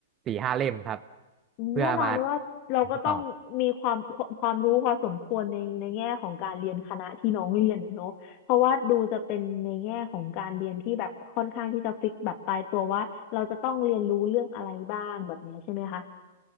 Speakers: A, on the right (about 25°); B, on the left (about 45°).
A: สี่ห้าเล่มครับเพื่อมา
B: แน่นอนว่าเราก็ต้องมีความความรู้พอสมควรในในแง่ของการเรียนคณะที่น้องเรียนอะเนาะเพราะว่าดูจะเป็นในแง่ของการเรียนที่แบบค่อนข้างที่จะฟิกแบบตายตัวว่าเราจะต้องเรียนรู้เรื่องอะไรบ้างแบบเนี้ยใช่ไหมคะ
A: มาตอบ